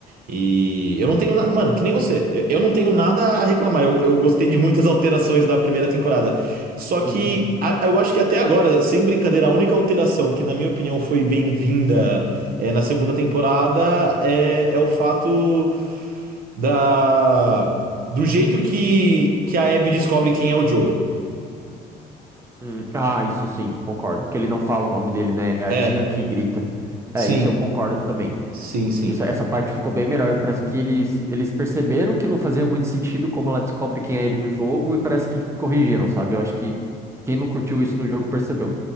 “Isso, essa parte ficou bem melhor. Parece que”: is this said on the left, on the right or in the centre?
Right